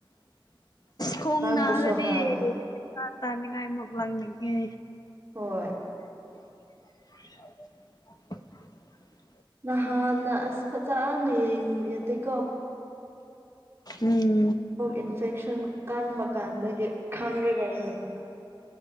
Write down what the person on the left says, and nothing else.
ꯈꯣꯡꯣꯡꯅꯒꯗꯤ
ꯇꯥ ꯇꯥꯅꯤꯡꯉꯥꯏ ꯑꯃꯨꯛ ꯂꯪꯅꯤꯒꯤ
<inaudible>
ꯎꯝ